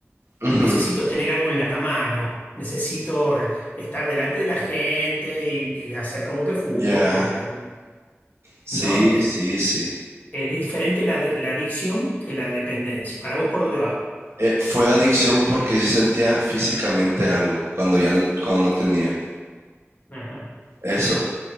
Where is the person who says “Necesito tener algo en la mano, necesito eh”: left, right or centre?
Left